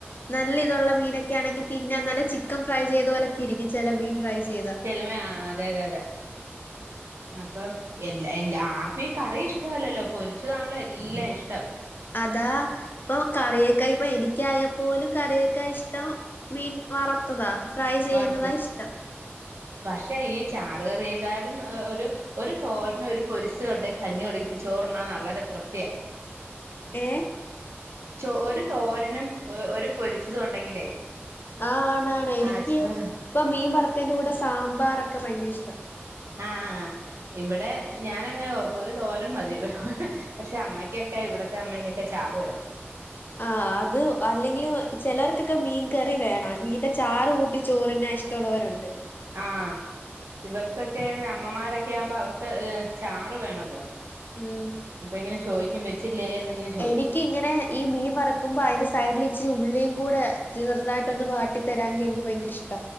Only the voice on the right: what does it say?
ചെലമേ ആ അതെ അതെ അതെ.. അപ്പം എല്ലാ എല്ലാ ആർക്കും ഈ കറി ഇഷ്ടല്ലല്ലോ പൊരിച്ചതാണല്ലോ എല്ലാം ഇഷ്ടം..
വറുത്തത്
പക്ഷെ ഈ ചാറുകറിയക്കാരും ഒരു.. ഒരു തോരനും ഒരു പൊരിച്ചാതു ണ്ടെ കഞ്ഞിടി ചോറ്ണ നല്ലരെ തൃപ്തിയാ..
ചോ ഒരു തോരനും ഒരു പൊരിച്ചതും ഉണ്ടെങ്കിലേ
ആ ചോ
ആഹ്‌ ഇവിടെ ഞാനങ്ങനെ ഓർക്കും ഒരു തോരൻ മതി പക്ഷെ അമ്മയ്ക്കൊക്കെ ഇവിടത്തെ അമ്മക്കൊക്കെ ചാറ് വേണം
ആഹ്‌ ഇവർക്കൊക്കെ അമ്മമാരൊക്കെ ആവുമ്പോ അവർക്ക് ചാറ് വേണല്ലോ
അപ്പൊ ഇങ്ങനെ ചോദിക്കും വെച്ചില്ലേങ്ങനെ